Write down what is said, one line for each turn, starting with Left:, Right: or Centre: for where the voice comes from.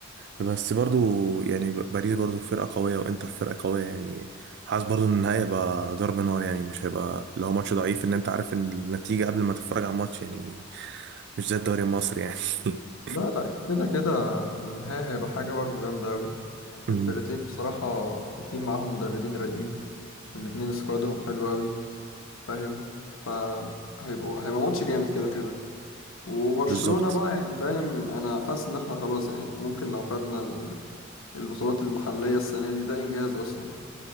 Right: بس برضو يعني باريس برضو فرقه قويه وانتر فرقه قويه يعني حاسس برضو ان النهائي هيبقى ضرب نار يعني مش هيبقى اللي هو ماتش ضعيف ان انت عارف ان النتيجه قبل ما تتفرج على الماتش يعني مش زي الدوري المصري يعني <laughs>
Left: لا لا كده كده النهاية هيبقى حاجة برضو جامدة اوي
Right: أمم،
Left: الفرقتين بصراحة الاتنين معاهم مدربين رايقين الاتنين سكوادهم حلو اوي فاهم فهيبقوا هيبقى ماتش جامد كده كده وبرشلونة
Right: بالظبط
Left: بقى يعني فاهم انا حاسس ان احنا خلاص يعني ممكن لو خدنا ال- البطولات المحلية السنة دي ده انجاز اصلا